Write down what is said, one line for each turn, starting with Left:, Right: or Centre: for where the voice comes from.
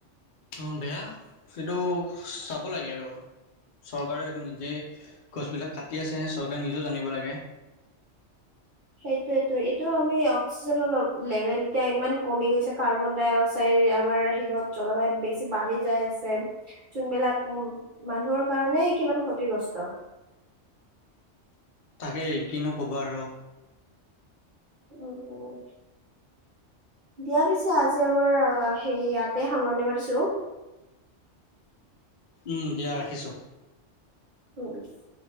Left: উ বেয়া, সেইটো চাব লাগে আৰু চৰকাৰেও ইটো নি যে গছবিলাক কাটি আছে চৰকাৰে নিজেও জানিব লাগে।
Right: সেইটোয়েটো, এইটো আমি অক্সিজেনৰ ল লেভেল এতিয়া ইমান কমি গৈছে কাৰ্বন-ডাই-অক্সাইড আমাৰ সিহত জলবায়ুত বেছি বাঢ়ি যাই আছে, যোনবিলাক মানুহৰ কাৰণেই কিমান ক্ষতিগ্ৰস্ত।
Left: তাকেই কিনো কবা আৰু?
Right: উম, দিয়া পিছে আজি এতিয়া আমাৰ সেই ইয়াতে সামৰণি মাৰিছ টো
Left: উম, দিয়া ৰাখিছোঁ।
Right: <unintelligible>